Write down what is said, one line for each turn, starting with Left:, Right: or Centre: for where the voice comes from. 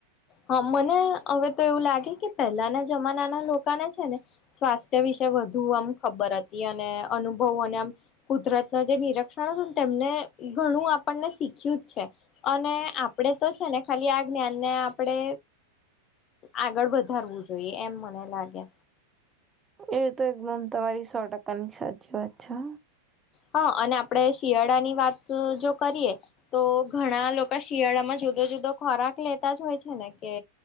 Left: હા મને હવે તો એવું લાગે કે પહેલાના જમાના ના લોકોને છે ને સ્વાસ્થ્ય વિશે વધુ આમ ખબર હતી અને અનુભવોને આમ કુદરત ન જે નિરીક્ષણ હતું ને તેમને ઘણું આપણને શીખ્યું જ છે અને આપડે તો છે ને ખાલી આ જ્ઞાનને આપણે આગળ વધારવું જોઈએ એમ મને લાગે
Right: એ તો એકદમ તમારી સો ટકા ની સાચી વાત છે.
Left: હા અને આપડે શિયાળા ની વાત જો કરીએ તો ઘણા લોકો શિયાળામાં જુદો જુદો ખોરાક લેતા જ હોય છે ને કે